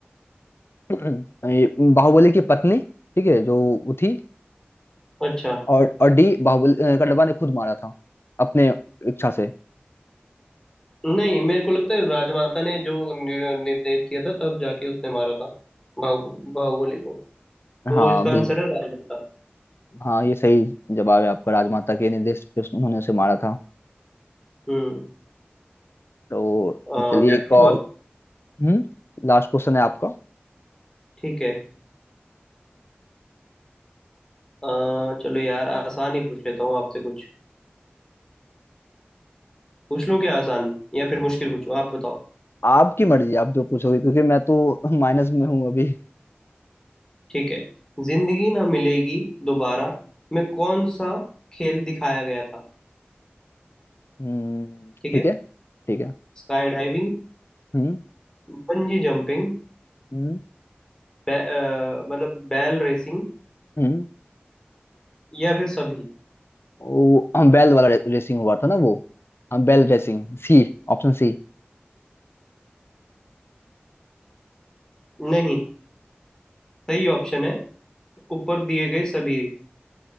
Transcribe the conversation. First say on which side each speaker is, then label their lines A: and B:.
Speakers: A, on the left; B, on the left.
A: <clears throat> ये बाहुबली की पत्नी ठीक है जो वो थी
B: अच्छा
A: और और डी बाहुबली अ, कटवा ने खुद मारा था अपने इच्छा से
B: नहीं मेरे को लगता है राजमाता ने जो नि- निर्देश दिया था तब जाके उसने मारा था बाहु बाहुबली को तो
A: हाँ
B: इसका
A: बिल
B: आंसर है राजमाता
A: हाँ ये सही जवाब है आपका राजमाता के निर्देश पे उन्होंने उसे मारा था
B: हम्म
A: तो
B: अ,
A: चलिए
B: मैं
A: एक
B: पूछूं
A: और
B: अब
A: हम्म लास्ट क्वेश्चन है आपका
B: ठीक है अ, चलो यार आसान ही पूछ लेता हूँ आपसे कुछ पूछ लूँ क्या आसान या फिर मुश्किल पूछूं आप बताओ
A: आपकी मर्जी आप जो पूछोगे क्योंकि मैं तो <laughs> माइनस में हूँ अभी
B: ठीक है जिंदगी ना मिलेगी दोबारा में कौन सा खेल दिखाया गया था
A: हम्म
B: ठीक
A: ठीक
B: है
A: है ठीक है
B: Sky diving
A: हम्म
B: Bungee jumping
A: हम्म
B: बै, अ, मतलब बैल रेसिंग
A: हम्म
B: या फिर सभी
A: वो हम बैल वाला रेसिंग हुआ था ना वो हम बैल रेसिंग सी ऑप्शन सी
B: नहीं सही ऑप्शन है ऊपर दिए गए सभी